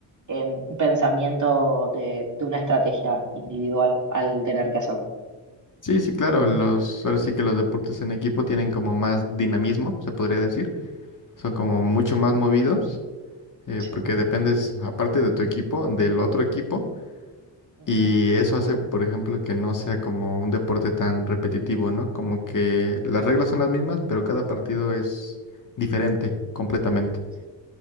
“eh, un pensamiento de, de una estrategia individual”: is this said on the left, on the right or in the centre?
Right